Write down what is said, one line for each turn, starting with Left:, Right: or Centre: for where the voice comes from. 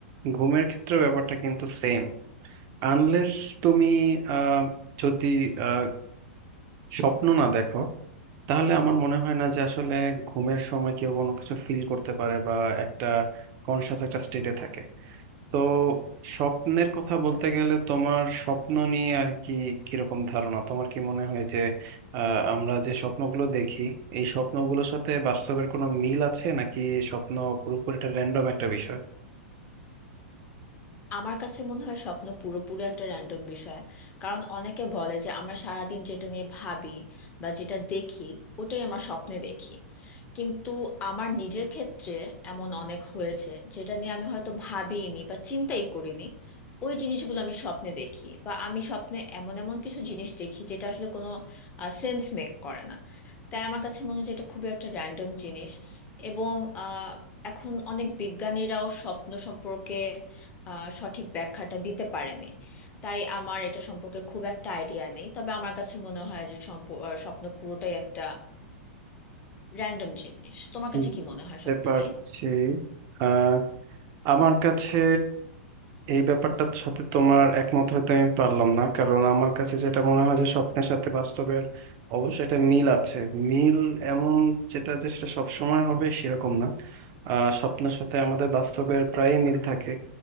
Right: ঘুমের ক্ষেত্রে ব্যাপারটা কিন্তু সেম আনলেস তুমি আহ, যদি আহ, স্বপ্ন না দেখো তাহলে আমার মনে হয় না যে আসলে ঘুমের সময় কেউ কোনো কিছু ফিল করতে পারে বা একটা কনসাস একটা স্টেটে থাকে তো স্বপ্নের কথা বলতে গেলে তোমার স্বপ্ন নিয়ে আর কি কিরকম ধারণা তোমার কি মনে হয় যে আহ, আমরা যে স্বপ্নগুলো দেখি এই স্বপ্নগুলোর সাথে বাস্তবের কোনো মিল আছে নাকি স্বপ্ন পুরোপুরি একটা র্যান্ডম একটা বিষয়
Left: আমার কাছে মনে হয় স্বপ্ন পুরোপুরি একটা র্যান্ডম বিষয় কারণ অনেকে বলে যে আমরা সারাদিন যেটা নিয়ে ভাবি বা যেটা দেখি ওটাই আমার স্বপ্নে দেখি কিন্তু আমার নিজের ক্ষেত্রে এমন অনেক হয়েছে যেটা নিয়ে আমি হয়তো ভাবিনি বা চিন্তাই করিনি ওই জিনিসগুলো আমি স্বপ্নে দেখি বা আমি স্বপ্নে এমন এমন কিছু জিনিস দেখি যেটা আসলে কোনো সেন্স মেক করে না তাই আমার কাছে মনে হয় যে এটা খুবই একটা র্যান্ডম জিনিস এবং আহ, এখন অনেক বিজ্ঞানীরাও স্বপ্ন সম্পর্কে আহ, সঠিক ব্যাখ্যাটা দিতে পারেনি তাই আমার এটা সম্পর্কে খুব একটা আইডিয়া নেই তবে আমার কাছে মনে হয় যে সম্প- আহ, স্বপ্ন পুরোটাই একটা র্যান্ডম জিনিস তোমার
Right: বুঝতে
Left: কাছে কি মনে হয় স্বপ্ন
Right: পারছি
Left: নিয়ে
Right: আহ আমার কাছে এই ব্যাপারটার সাথে তোমার একমত হইতে আমি পারলাম না কারণ আমার কাছে যেটা মনে হয় যে স্বপ্নের সাথে বাস্তবের অবশ্যই একটা মিল আছে মিল এমন যেটা যে সেটা সবসময় হবে সেরকম না আহ স্বপ্নের সাথে আমাদের বাস্তবের প্রায় মিল থাকে